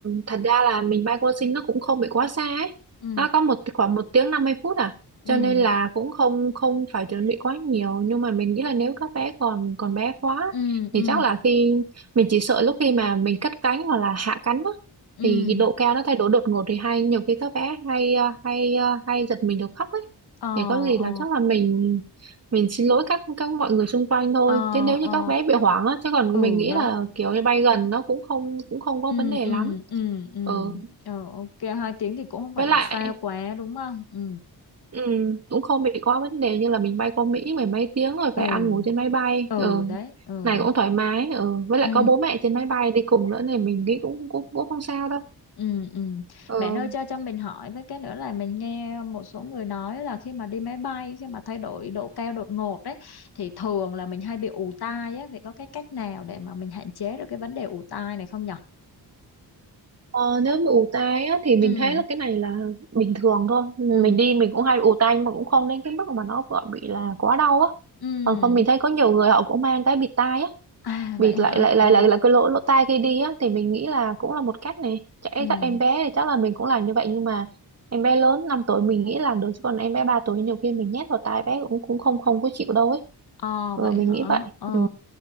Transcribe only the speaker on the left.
ừ
ừ
ừ
ừ
ừ
ờ
ờ
ờ
ờ
ừ
đấy
ừ
ừ
ừ ừ
ờ ok hai tiếng thì cũng không phải
là xa quá đúng không ừ
ừ
ừ
đấy ừ
ừ
Ừ, ừ.
Bạn ơi cho cho mình hỏi với cái nữa là mình nghe một số người nói là khi mà đi máy bay khi mà thay đổi độ cao đột ngột đấy thì thường là mình hay bị ù tai á vậy có cái cách nào để mà mình hạn chế được cái vấn đề ù tai này không nhở?
Ừ,
ừ,
ừ.
À
vậy hả?
Ờ,
ừ.
Ờ
vậy
hả?
Ờ.